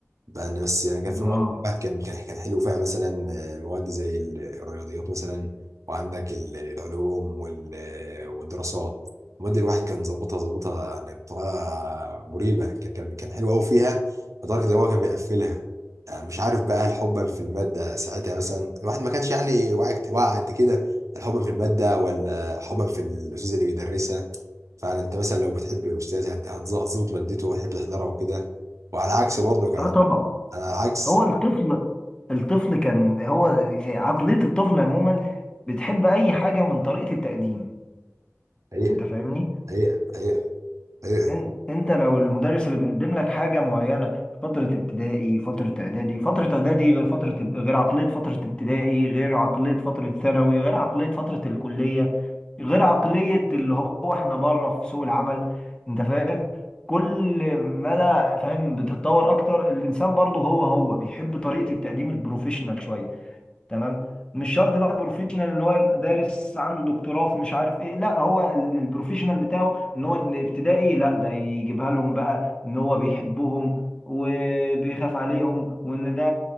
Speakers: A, on the right; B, on the left.
A: بقى أنا بس يعني كان في
B: آه
A: مواد البحث كان كان كان حلو فيها مثلا آه، مواد زي ال- الرياضيات مثلا وعندك ال- العلوم وال- آه، والدراسات المواد الواحد كان ظابطها ظابطها يعني بطريقه مريبه كان كان كان حلو قوي فيها لدرجه ان هو كان بيقفلها آه، مش عارف بقى هل حبا في الماده ساعتها مثلا الواحد ما كانش يعني واعي كت- واعي قد كده هل حبا في الماده ولا حبا في الاستاذ اللي بيدرسها فعلا انت مثلا لو بتحب الاستاذ هت- هتظبط مادته وتحب تحضرها وكده وعلى عكس برضو انا
B: آه طبعا
A: العكس
B: هو الطفل الطفل كان هو آه، عقلية الطفل عموما بتحب أي حاجة من طريقة التقديم
A: حقيقة
B: أنت فاهمني؟
A: حقيقة حقيقة حقيقة
B: إن- انت لو المدرس اللي بيقدم لك حاجه معينه في فتره ابتدائي فتره اعدادي فتره اعدادي غير فتره اب- غير عقليه فتره ابتدائي غير عقليه فتره ثانوي غير عقليه فتره الكليه غير عقليه اللي هو احنا بره في سوق العمل انت فاهم كل مدى فاهم بتتطور اكتر الانسان برضه هو هو بيحب طريقه التقديم البروفيشنال شويه تمام مش شرط بقى بروفيشنال ان هو يبقى دارس عنده دكتوراه في مش عارف ايه لا هو ال- البروفيشنال بتاعه ان هو الابتدائي لا ده يجيبها لهم بقى ان هو بيحبهم وبيخاف عليهم وان ده